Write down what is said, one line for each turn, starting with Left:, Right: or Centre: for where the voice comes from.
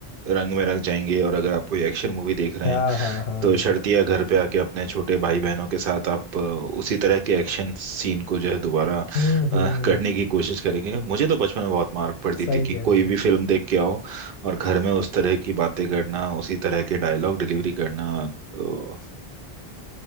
Right: रंग में रंग जाएंगे और अगर आप कोई एक्शन मूवी देख रहे
Left: हाँ
Right: हैं
Left: हाँ हाँ
Right: तो शर्तिया घर पे आके अपने छोटे भाई बहनों के साथ आप अ, उसी तरह के एक्शन सीन को जो है दोबारा
Left: हम्म
Right: अ,
Left: हम्म
Right: करने की कोशिश करेंगे मुझे तो बचपन में बहुत मार पड़ती
Left: सही
Right: थी कि
Left: कह
Right: कोई
Left: रहे हो
Right: भी फिल्म देख के आओ और घर में उस तरह की बातें करना उसी तरह के डायलॉग डिलीवरी करना तो